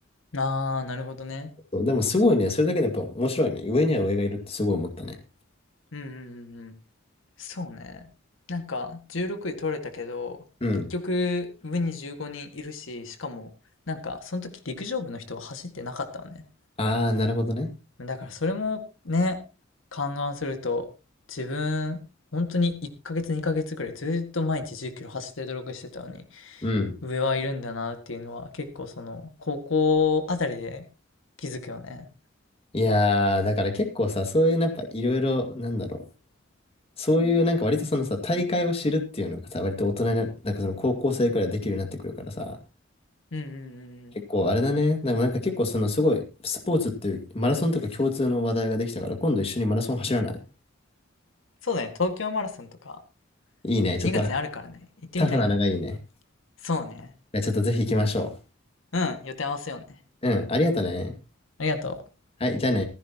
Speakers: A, on the left; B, on the left.
A: ん。ああ、なるほどね。
B: そう、でもすごいね。それだけでやっぱ面白いね。上には上がいるってすごい思ったね。
A: うんうんうんうん。そうね。なんか、16位取れたけど、
B: うん。
A: 結局、上に15人いるし、しかも、なんか、その時陸上部の人は走ってなかったわね。
B: ああ、なるほどね。
A: だからそれもね、勘案すると、自分、本当に1ヶ月2ヶ月くらいずっと毎日10キロ走って努力してたのに、
B: うん。
A: 上はいるんだなっていうのは結構その、高校あたりで気づくよね。
B: いやー、だから結構さ、そういうやっぱいろいろ、なんだろう。そういうなんか割とそのさ、大会を知るっていうのがさ、割と大人にな、なんかその高校生くらいできるようになってくるからさ、
A: うんうんうんうん。
B: 結構あれだね。でもなんか結構そのすごい、スポーツっていうマラソンとか共通の話題ができたから、今度一緒にマラソン走らない
A: そうだね、東京マラソンとか
B: いいね。ちょっとあら
A: 2月にあるからね、行ってみたいね。
B: タフなのがいいね。
A: そうね。
B: いやちょっとぜひ行きましょ
A: うん、予定合わせようね。
B: う。うん、ありがとね。
A: ありがとう。
B: はい、じゃあね